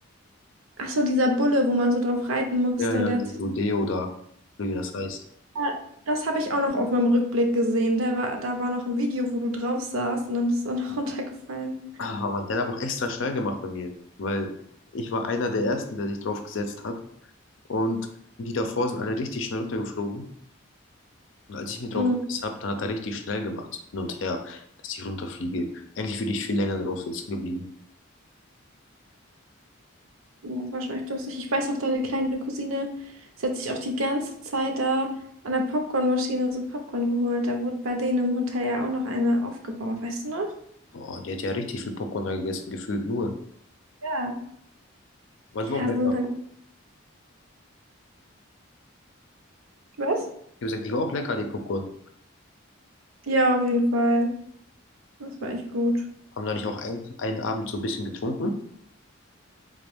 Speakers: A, on the right; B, on the left.
A: Ach so, dieser Bulle, wo man so drauf reiten musste
B: Ja, ja,
A: und der
B: dieses
A: hat sich
B: Rodeo da, oder wie das heißt.
A: Ja, Das habe ich auch noch auf meinem Rückblick gesehen. Da war, da war noch ein Video, wo du drauf saßt und dann bist du dann <laughs> noch runtergefallen.
B: Ah, Mann, der hat aber auch extra schnell gemacht bei mir, weil ich war einer der Ersten, der sich drauf gesetzt hat und die davor sind alle richtig schnell runtergeflogen. Und als ich mich drauf
A: Mhm.
B: gesetzt habe, dann hat er richtig schnell gemacht, so hin und her, dass ich runterfliege. Eigentlich würde ich viel länger drauf sitzen geblieben.
A: Ja, Das war schon echt lustig. Ich weiß noch, deine kleine Cousine, sie hat sich auch die ganze Zeit da an der Popcornmaschine so Popcorn geholt. Da wurde bei denen im Hotel ja auch noch eine aufgebaut, weißt du noch?
B: Boah, die hat ja richtig viel Popcorn da gegessen, gefühlt nur.
A: Ja.
B: Aber
A: Ja,
B: die war auch lecker.
A: sie sind halt. Was?
B: Ich habe gesagt, die war auch lecker, die Popcorn.
A: Ja, auf jeden Fall. Das war echt gut.
B: Haben da nicht auch ein, einen Abend so ein bisschen getrunken?